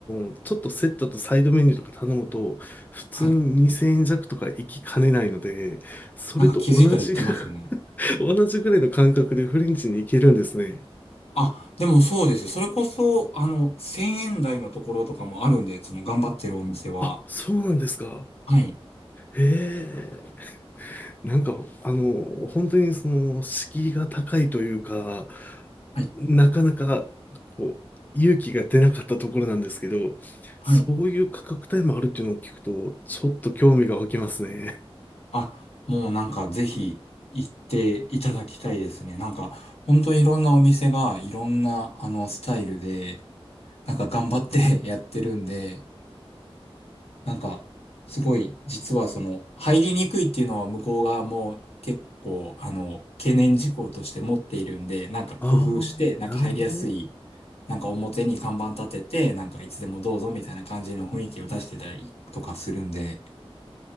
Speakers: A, on the left (about 15°); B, on the left (about 80°).
A: ーちょっとセットとサイドメニューとか頼むと、普通に2000円弱とか行きかねないので、
B: はい。
A: それと同じぐ、
B: なんか気づいたら言ってますよね。
A: <laughs> 同じぐらいの感覚でフレンチに行けるんですね。
B: あ、でもそうですよ。それこそ、あの、1000円台のところとかもあるんで、その頑張ってるお店は。
A: あ、そうなんですか。
B: はい。
A: へえ。なんか、あの、本当にその、敷居が高いというか、
B: はい。
A: なかなか、こう、勇気が出なかったところなんですけど、
B: はい。
A: そういう価格帯もあるっていうのを聞くと、ちょっと興味が湧きますね。
B: あ、もうなんかぜひ行っていただきたいですね。なんか本当いろんなお店がいろんなあのスタイルで、なんか頑張って <laughs> やってるんで、なんかすごい実はその入りにくいっていうのは向こう側も結構あの懸念事項として持っているんで、なんか工夫してなんか入りやすい、
A: ああ、なるほど。
B: なんか表に看板立てて、なんかいつでもどうぞみたいな感じの雰囲気を出してたりとかするんで、